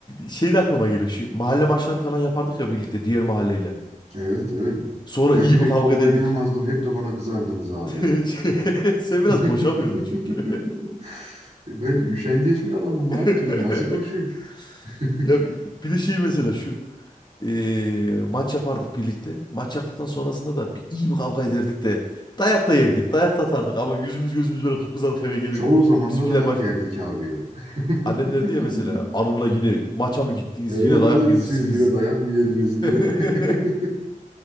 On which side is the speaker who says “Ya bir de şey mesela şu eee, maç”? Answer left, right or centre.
Left